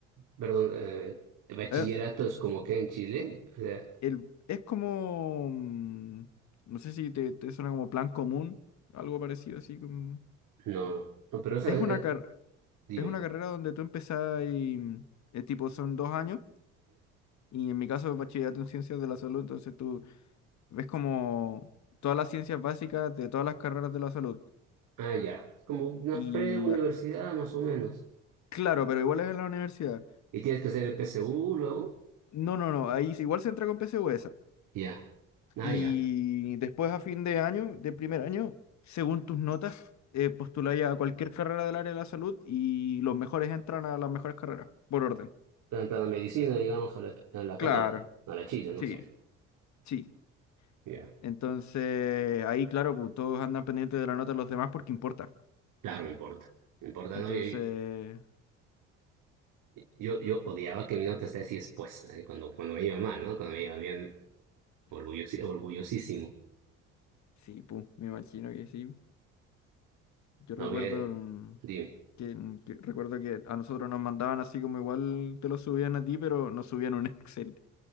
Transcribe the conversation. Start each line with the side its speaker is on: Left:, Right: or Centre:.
Right: Perdón, eh, ¿bachillerato
Left: Eh,
Right: es como que en Chile? O sea,
Left: el, es como, mm, no sé si te, te suena como plan común, algo parecido así como...
Right: no, no, pero eso,
Left: Es
Right: eh,
Left: una, car-
Right: dime.
Left: es una carrera donde tú empezás y mm, eh, tipo son dos años y en mi caso es bachillerato en ciencias de la salud, entonces tú ves como todas las ciencias básicas de todas las carreras de la salud.
Right: Ah, ya. Como una
Left: Y
Right: pre-universidad
Left: ah,
Right: más o menos.
Left: claro, pero igual es en la universidad.
Right: Y tienes que hacer el PSU luego.
Left: No, no, no, ahí sí, igual se entra con PSU
Right: Ya. Ah,
Left: Y
Right: ya.
Left: después a fin de año, de primer año, según tus notas, eh, postuláis a cualquier carrera del área de la salud y los mejores entran a las mejores carreras, por orden.
Right: Tanta la medicina, digamos, a la, a la
Left: Claro,
Right: católica, a la Chile, no
Left: sí,
Right: sé.
Left: sí.
Right: Ya.
Left: Entonces, ahí, claro, pues, todos andan pendientes de la nota de los demás porque importa.
Right: Claro, me importa. Me importa,
Left: Entonces,
Right: ¿no? Yo, yo, yo odiaba que mi nota esté así expuesta, ¿eh? Cuando, cuando me iba mal, ¿no? Cuando me iba bien, orgullosi- orgullosísimo.
Left: sí, pues, me imagino que sí. Yo recuerdo
Right: A ver,
Left: mm,
Right: dime.
Left: que, mm, que- recuerdo que a nosotros nos mandaban así como igual te lo subían a ti, pero nos subían un <laughs> Excel.